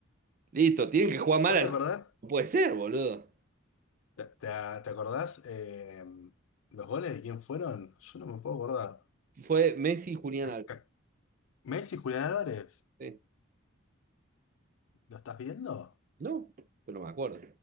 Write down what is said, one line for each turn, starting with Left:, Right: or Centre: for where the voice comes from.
Right: Listo, tienen que jugar mal
Left: ¿Vos
Right: al...
Left: te acordás?
Right: No puede ser, boludo.
Left: ¿Te, te- te acordás eh, los goles de quién fueron? Yo no me puedo acordar.
Right: Fue Messi y Julián
Left: Acá-
Right: Álvarez.
Left: Messi, Julián Álvarez.
Right: Sí.
Left: ¿Lo estás viendo?
Right: No, pero no me acuerdo.